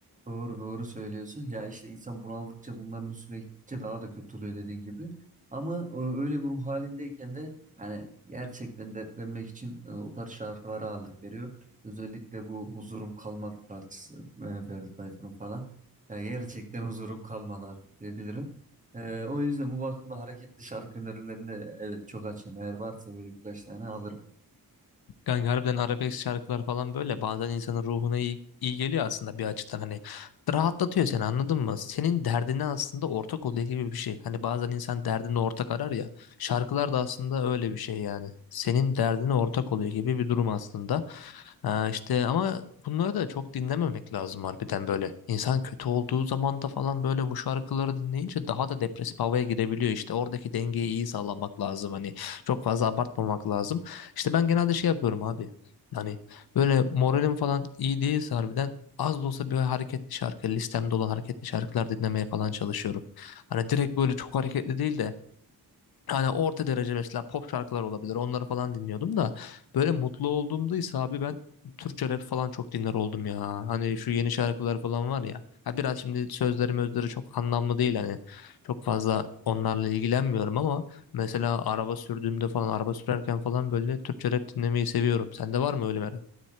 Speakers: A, on the right; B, on the left.
A: Doğru doğru söylüyorsun. Ya işte insan bunaldıkça bunların üstüne gittikçe daha da kötü oluyor dediğin gibi. Ama e, öyle bir ruh halindeyken de hani gerçekten dertlenmek için e, o tarz şarkılara ağırlık veriyor. Özellikle bu Huzurum Kalmadı parçası e, Ferdi Tayfur'un falan. Ya gerçekten huzurum kalmadı artık diyebilirim. E, o yüzden bu bakımda hareketli şarkı önerilerini e, evet çok açım. Eğer varsa böyle birkaç tane alırım.
B: Kanka harbiden arabesk şarkılar falan böyle bazen insanın ruhuna iyi, iyi geliyor aslında bir açıdan hani rahatlatıyor seni anladın mı? Senin derdine aslında ortak oluyor gibi bir şey. Hani bazen insan derdine ortak arar ya şarkılar da aslında öyle bir şey yani. Senin derdine ortak oluyor gibi bir durum aslında. Ha işte ama bunları da çok dinlememek lazım harbiden böyle. İnsan kötü olduğu zaman da falan böyle bu şarkıları dinleyince daha da depresif havaya girebiliyor işte. Oradaki dengeyi iyi sağlamak lazım hani. Çok fazla abartmamak lazım. İşte ben genelde şey yapıyorum abi. Hani böyle moralim falan iyi değilse harbiden az da olsa böyle hareketli şarkı, listemde olan hareketli şarkılar dinlemeye falan çalışıyorum. Hani direkt böyle çok hareketli değil de Hani orta derece mesela pop şarkılar olabilir. Onları falan dinliyordum da böyle mutlu olduğumda ise abi ben Türkçe rap falan çok dinler oldum ya. Hani şu yeni şarkılar falan var ya. Ha biraz şimdi sözleri mözleri çok anlamlı değil hani. Çok fazla onlarla ilgilenmiyorum ama mesela araba sürdüğümde falan araba sürerken falan böyle Türkçe rap dinlemeyi seviyorum. Sende var mı öyle merak?